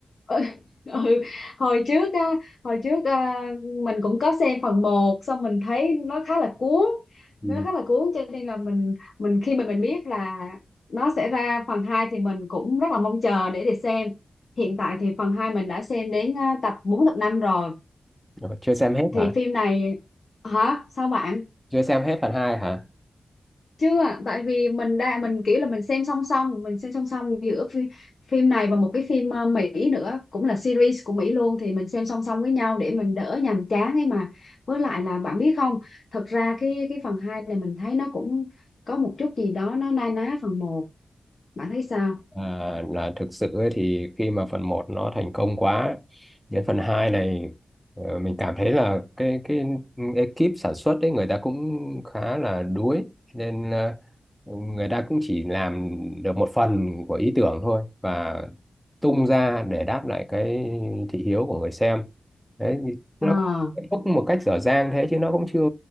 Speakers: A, on the left; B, in the centre.
A: ừ, <laughs> ừ, hồi trước á hồi trước à, mình cũng có xem phần một xong mình thấy nó khá là cuốn
B: Ừ.
A: nó khá là cuốn cho nên là mình mình khi mà mình biết là nó sẽ ra phần 2 thì mình cũng rất là mong chờ để để xem hiện tại thì phần 2 mình đã xem đến à, tập 4 tập 5 rồi
B: Ờ, Chưa xem hết
A: thì
B: hả?
A: phim này hả sao bạn
B: Chưa xem hết phần hai hả?
A: chưa tại vì mình đã mình kiểu là mình xem song song mình xem song song giữa phim, phim này và một cái phim ờ, Mỹ nữa cũng là series của Mỹ luôn thì mình xem song song với nhau để mình đỡ nhàm chán ấy mà với lại là bạn biết không thật ra cái cái phần 2 này mình thấy nó cũng có một chút gì đó nó na ná phần một, bạn thấy sao
B: À, là thực sự ấy, thì khi mà phần một nó thành công quá đến phần 2 này ờ, mình cảm thấy là cái cái ekip sản xuất ấy người ta cũng khá là đuối nên ờ, người ta cũng chỉ làm được một phần của ý tưởng thôi và tung ra để đáp lại cái thị hiếu của người xem đấy thì nó
A: à,
B: kết thúc một cách dở dang thế chứ nó cũng chưa